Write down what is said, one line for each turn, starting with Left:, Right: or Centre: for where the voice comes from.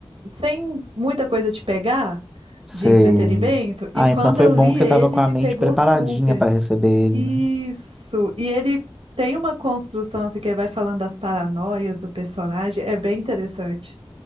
Right: sem muita coisa te pegar
Centre: Sei.
Right: de entretenimento,
Centre: Ah,
Right: e quando
Centre: então foi
Right: eu
Centre: bom
Right: li
Centre: que você
Right: ele,
Centre: estava com a
Right: me
Centre: mente
Right: pegou
Centre: preparadinha
Right: super.
Centre: para receber ele,
Right: Isso,
Centre: né?
Right: e ele tem uma construção, assim, que ele vai falando das paranoias do personagem, é bem interessante.